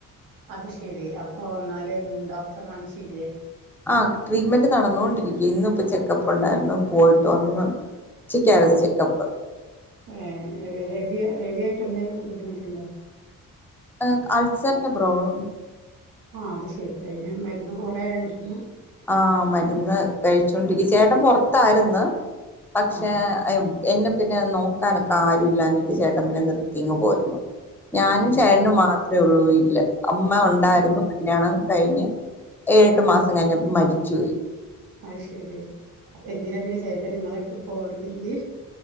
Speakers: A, on the right; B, in the centre.
A: അത് ശരി അപ്പോ എന്നാല് ഡോക്ടറെ കാണിച്ചീലെ?
B: ആ ട്രീറ്റ്മെന്റ് നടന്നൊണ്ടിരിക്ക ഇന്നുപ്പ ചെക്കപ്പ് ഒണ്ടാര്ന്നു പോയിട്ട് വന്ന് ഉച്ചക്കായിരുന്നു
A: ആഷ്ഏ
B: ചെക്കപ്പ്
A: ഹെ ഹെവിയ ഹെവി ട്ടെന്തേലു ബുദ്ധിമുട്ട്ണ്ടോ?
B: അ് അൾസർന്റ പ്രോബ്ലം
A: ആഹ് അത് ശെരി അയിന് മരുന്ന് കൊറേ ആയോ കുടിക്ക്ണ്
B: ആ മരുന്ന് കഴിച്ചോണ്ടിരി ചേട്ടം പൊറത്താര്ന്ന് പക്ഷെ
A: ആഹ്
B: അയ് വ് എന്നെ പിന്നെ നോക്കാനൊക്കെ ആരും ഇില്ലാഞ്ഞിട്ട് ചേട്ടൻ പിന്നെ നിർത്തിങ്ങ് പോന്നു ഞാനും
A: അത്
B: ചേട്ടനും
A: ശരി
B: മാത്ര ഉള്ളൂ വീട്ടിൽ <inaudible> അമ്മ ഉണ്ടായിരുന്നു
A: ഏഹ്
B: കല്യാണം കഴിഞ്ഞ് ഏഴട്ട് മാസം കഴിഞ്ഞ് മരിച്ചു പോയി
A: അഹ് ശെരി എന്തിനാ പിന്നെ ചേട്ടൻ നിങ്ങളെ പോവാണ്ടില്ലേ